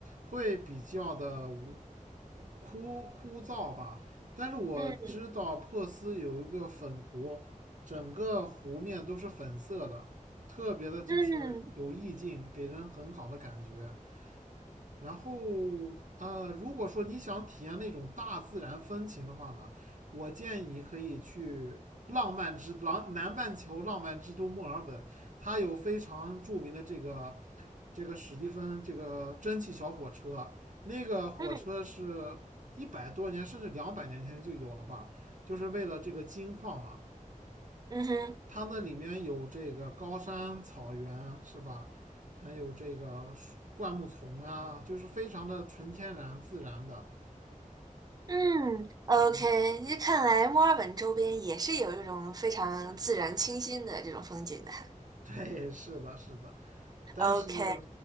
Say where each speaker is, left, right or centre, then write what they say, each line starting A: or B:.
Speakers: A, on the right (about 65°); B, on the right (about 30°).
A: 会比较的无枯枯燥吧。但是我知道珀斯有一个粉湖，
B: 嗯
A: 整个湖面都是粉色的，特别的就是有意境，
B: 嗯
A: 给人很好的感觉。然后呃，如果说你想体验那种大自然风情的话呢，我建议你可以去浪漫之浪南半球浪漫之都墨尔本，它有非常著名的这个这个史蒂芬这个蒸汽小火车，那个火车是一百多年甚至两百年前就有了吧，
B: 嗯
A: 就是为了这个金矿嘛。
B: 嗯哼
A: 它那里面有这个高山、草原，是吧？还有这个灌木丛啊，就是非常的纯天然、自然的。
B: 嗯，OK，
A: 嗯，
B: 那看来墨尔本周边也是有这种非常自然清新的这种风景的哈。
A: <laughs> 对，是的，是的。但是，
B: OK，